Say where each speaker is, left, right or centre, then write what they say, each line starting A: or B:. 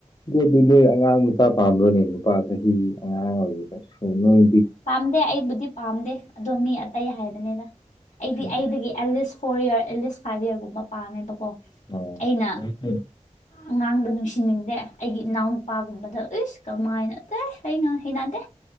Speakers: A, on the left (about 35°); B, on the left (about 80°).
A: ꯑꯗꯨꯗꯤ ꯅꯣꯏ ꯑꯉꯥꯡ ꯃꯆꯥ ꯄꯥꯝꯕ꯭ꯔꯣꯅꯦ ꯅꯨꯄꯥ ꯆꯍꯤ ꯑꯉꯥꯡ ꯑꯣꯏꯒꯦꯗꯁꯨ ꯅꯣꯏ
B: ꯄꯥꯝꯗꯦ ꯑꯩꯕꯨꯗꯤ ꯄꯥꯝꯗꯦ ꯑꯗꯣ ꯃꯤ ꯑꯇꯩ ꯍꯥꯏꯕꯅꯤꯗ ꯑꯩꯗꯤ
A: ꯎꯝ
B: ꯑꯩꯗꯒꯤ ꯑꯦꯂꯤꯁ ꯐꯣꯔ ꯏꯔ ꯑꯦꯠꯂꯤꯁ ꯐꯥꯏꯚ ꯏꯔꯒꯨꯝꯕ ꯄꯥꯝꯃꯦꯕꯀꯣ
A: ꯑꯣ
B: ꯑꯩꯅ
A: ꯐꯩ ꯐꯩ
B: ꯑꯉꯥꯡꯗ ꯅꯨꯡꯁꯤꯅꯤꯡꯗꯦ ꯑꯩꯒꯤ ꯏꯅꯥꯎꯅꯨꯄꯥꯒꯨꯝꯕꯗ ꯏꯁ ꯀꯃꯥꯏꯅ <unintelligible> ꯑꯩ ꯉꯥ ꯍꯩꯅꯗꯦ